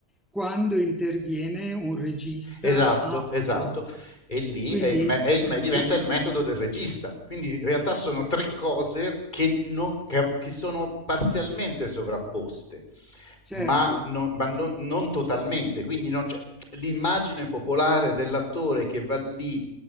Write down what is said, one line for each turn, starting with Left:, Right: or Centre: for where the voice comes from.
Centre: quando interviene un regista
Left: Esatto,
Centre: altro.
Left: esatto. E lì
Centre: Quindi,
Left: è il me- è il
Centre: eh,
Left: me- diventa il metodo del regista. Quindi in realtà sono tre cose che, non- che- che sono parzialmente sovrapposte,
Centre: certo,
Left: ma, non, ma non- non totalmente. Quindi non c'è- l'immagine popolare dell'attore che va lì,